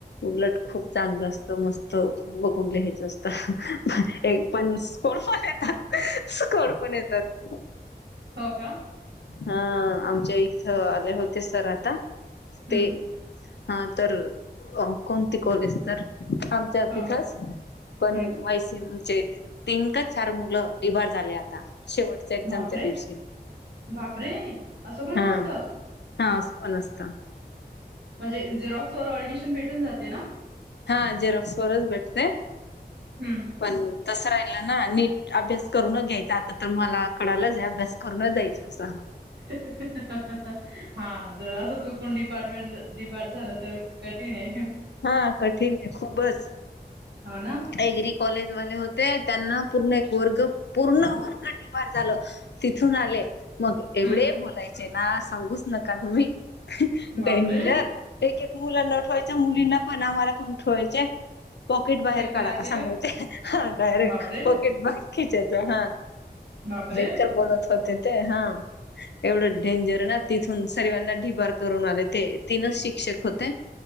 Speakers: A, on the left; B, on the right.
A: उलट, खूप चांगलं असतं... मस्त बघून लिहायचं असतं एक पण... <unintelligible> स्कॉड पण येतात
B: हो का?
A: हा... आमच्या इथं आले होते सर आता,
B: हम्म.
A: ते हा तर... कोणती कॉलेज तर आमच्या
B: हो
A: तिथंच... पण
B: हम्म
A: वाय सी एमचे, तीन का चार मुलं <unintelligible> झाले आता, शेवटच्या एक्झामच्या
B: बापरे!
A: दिवशी
B: बापरे... असं पण
A: हा
B: असतं?
A: हा... असं पण असतं.
B: म्हणजे... झेरॉक्स वर ऑडमिशन भेटून जाते ना?
A: हा... झेरॉक्स वरच भेटते.
B: हम्म
A: पण तसं राहिलं ना... नीट अभ्यास करूनच घ्यायचा... आता तर मला कडालंच ए... अभ्यास करूनच जायचं असा... हं
B: हं.. हं.. हं हं हंहं.. हा... जर असं चुकून डिपार्टमेंट डिपार्ट झालं तर कठीण ए
A: हा... कठीण ए खूबच
B: हो ना?
A: एग्री कॉलेजवाले होते, त्यांना पूर्ण एक वर्ग, पूर्ण वर्ग <unintelligible> झालं. तिथून आले मग एवढे
B: हम्म
A: बोलायचे ना... सांगूच नका तुम्ही....
B: बापरे!
A: डेंजर एक एक मुलांना उठवायचं... मुलींना पण, आम्हाला पण उठवायचे... पॉकेट बाहेर
B: चेक
A: काडा
B: करायचे
A: सांगायचे...
B: का
A: हा डायरेक्ट
B: बापरे
A: पॉकेट बाहेर खिचायचं हा
B: बापरे
A: बेकार बोलत होते ते हा एवढं डेंजर ना... तिथून सर्वांना ढिबार करून आले ते, तीनच शिक्षक होते